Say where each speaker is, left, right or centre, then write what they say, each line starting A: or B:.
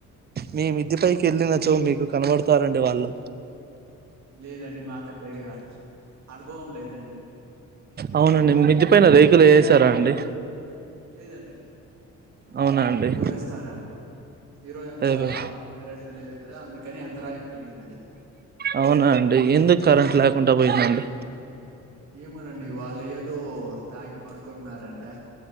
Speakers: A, on the right; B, on the right.
A: మీమిద్ది పైకి ఎళ్ళిన చో మీకు కనబడుతారండి వాళ్ళు.
B: లేదండి మాకంతే ఇగా అనుభవం లేదండి.
A: అవునండి మిద్ది పైనా రేకులు ఏసారా అండి.
B: లేదండి
A: అవునా అండి
B: రేపు వేస్తారంటా. ఈ రోజంతా
A: అదే
B: కరెంట్ లేదు కదా అందుకని అంతరాయం కలిగినది.
A: అవునా అండి ఎందుక్ కరెంట్ లేకుండా పోయిందండి.
B: ఏమెనండి వాళ్ళు ఏదో తాగి పడుకున్నారంటా.